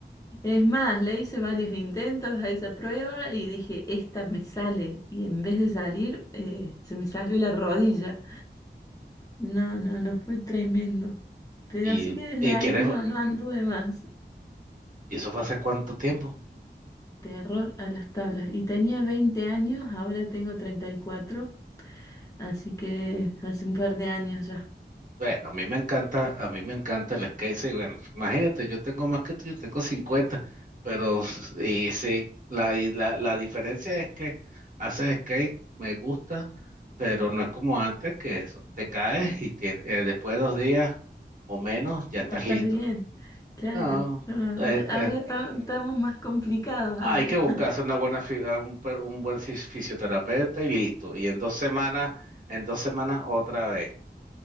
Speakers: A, on the left; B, on the right.
A: es más, le hice varios intentos a esa prueba y dije, esta me sale. Y en vez de salir, eh, se me salió la rodilla. No, no, no fue tremendo. Pero
B: Y,
A: así que desde
B: y
A: ahí
B: quieres,
A: no, no anduve más.
B: ¿Y eso fue hace cuánto tiempo?
A: Terror a las tablas. Y tenía 20 años, ahora tengo 34, así que hace un par de años ya.
B: Bueno, a mí me encanta, a mí me encanta el skate. Sí, bueno, imagínate, yo tengo más que tú, yo tengo cincuenta pero s- y sí, la, y la, la diferencia es que hacer skate me gusta, pero no es como antes que eso. Te caes y tien- eh, después de dos días o menos ya estás
A: Ya estás
B: listo.
A: bien, claro.
B: No,
A: No, ahora
B: eh,
A: ahora
B: eh,
A: ta- estamos más complicados
B: hay
A: ahora.
B: que buscarse
A: <laughs>
B: una buena, fi- a un, per- un buen fis- fisioterapeuta y listo. Y en dos semanas, en dos semanas otra vez.